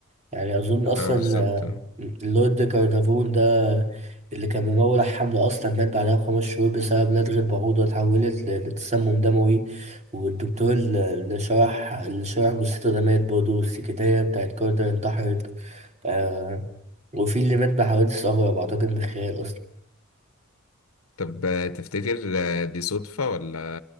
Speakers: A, on the right; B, on the left.
A: يعني أظن
B: اه
A: أصلا
B: بالظبط
A: آه، اللورد كارنافون ده اللي كان ممول على الحملة أصلا مات بعدها بخمس شهور بسبب لدغة بعوضة اتحولت ل- لتسمم دموي والدكتور ال- اللي شرح اللي شرح جثته ده مات برضه والسكرتيرة بتاعت كارتر انتحرت آه وفي اللي مات بحوادث أغرب أعتقد من الخيال أصلا
B: طب تفتكر دي صدفة ولا